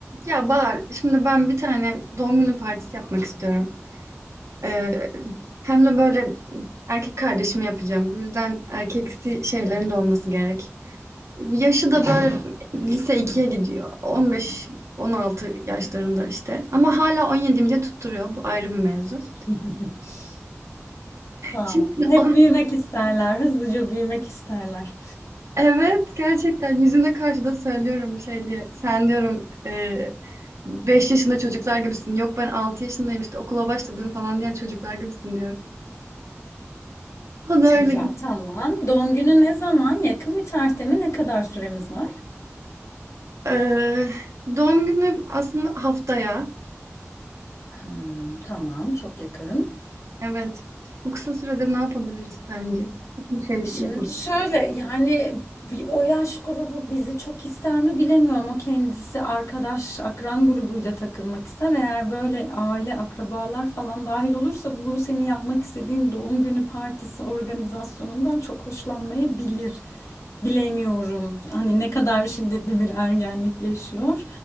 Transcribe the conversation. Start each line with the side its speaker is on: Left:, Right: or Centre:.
Right: Ya Bahar, şimdi ben bir tane doğum günü partisi yapmak istiyorum. Ee, hem de böyle erkek kardeşime yapacağım. Bu yüzden erkeksi şeylerin de olması gerek. Yaşı da böyle lise ikiye gidiyor. 15-16 yaşlarında işte. Ama hala 17'yim diye tutturuyor. Bu ayrı bir mevzu.
Left: <laughs> Tamam.
Right: Şimdi
Left: Hep
Right: onu-
Left: büyümek isterler. Hızlıca büyümek isterler.
Right: evet gerçekten yüzüne karşı da söylüyorum şey diye. Sen diyorum e, 5 yaşında çocuklar gibisin. Yok ben 6 yaşındayım işte okula başladım falan diyen çocuklar gibisin O da
Left: Güzel,
Right: öyle.
Left: tamam. Doğum günü ne zaman? Yakın bir tarihte mi? Ne kadar süremiz var?
Right: Eee, doğum günü aslında haftaya.
Left: Hmm, tamam, çok yakın.
Right: Evet. Bu kısa sürede ne yapabiliriz sence? Bir şey
Left: Şimdi
Right: yapalım.
Left: şöyle yani bir- o yaş grubu bizi çok ister mi bilemiyorum. O kendisi arkadaş, akran grubuyla takılmak ister. Eğer böyle aile, akrabalar falan dahil olursa bu senin yapmak istediğin doğum günü partisi organizasyonundan çok hoşlanmayabilir. Bilemiyorum. Hani ne kadar şiddetli bir ergenlik yaşıyor.